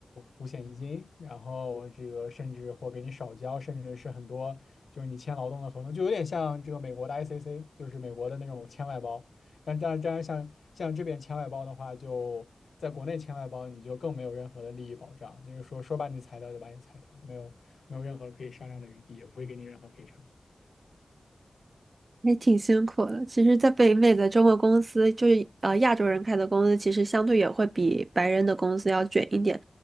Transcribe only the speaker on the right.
也挺辛苦的。其实，在北美的中国公司，就是呃亚洲人开的公司，其实相对也会比白人的公司要卷一点。